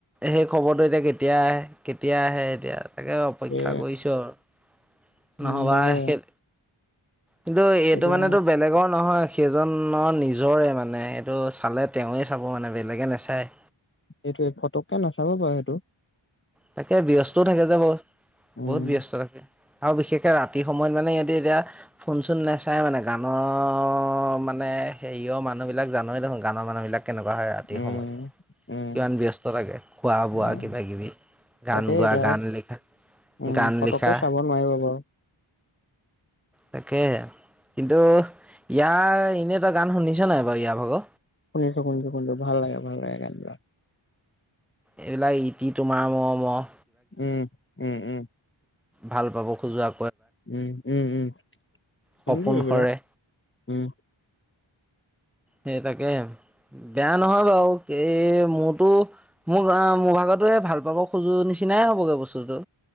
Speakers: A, in the centre; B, on the left.
A: সেই খবৰটো এতিয়া কেতিয়া আহে কেতিয়া আহে এতিয়া তাকে অপেক্ষা
B: এ
A: কৰিছোঁ আৰু
B: উম
A: নহ'বা
B: তাকে
A: সেই কিন্তু এইটো
B: এতিয়া
A: মানে তোৰ বেলেগৰ নহয় সেইজনৰ নিজৰে মানে এইটো চালে তেওঁৱে চাব মানে বেলেগে নেচায়।
B: এইটোৱে ফটককে নাচাব বাৰু সেইটো।
A: তাকে ব্যস্তও থাকে যে, বহুত
B: উম
A: বহুত ব্যস্ত থাকে। আৰু বিশেষকে ৰাতি সময়ত মানে সিহঁতে এতিয়া ফোন চোন নাচায় মানে গানৰ মানে মানে হেৰিয়ৰ মানুহ বিলাক জানৱে দেখোন গানৰ মানুহ বিলাক কেনেকুৱা হয়, ৰাতি
B: উম
A: সময়ত
B: উম
A: কিমান ব্যস্ত থাকে খোৱা বোৱা
B: উম
A: কিবা কিবি গান
B: তাকে
A: গোৱা
B: এতিয়া
A: গান লিখা
B: উম,
A: গান
B: ফটককে
A: লিখা
B: চাব নোৱাৰিব বাৰু।
A: তাকে, কিন্তু ইয়াৰ এনেই তই গান শুনিছ নাই বাৰু ইয় ভাগ
B: শুনিছোঁ, শুনিছোঁ শুনিছোঁ ভাল লাগে ভাল লাগে গান বিলাক।
A: এইবিলাক ইতি তোমাৰ মৰমৰ
B: উম, উম, উম।
A: ভাল পাব খোজোৱা
B: উম, উম, উম শুনিছোঁ
A: সপোন
B: এইবিলাক
A: সৰে
B: উম।
A: সেইতাকে বেয়া নহয়, বাৰু এই মোৰতো মোৰ মোৰ ভাগত <unintelligible> ভাল পাব খোজো নিচিনাই হ'বগে বস্তুটো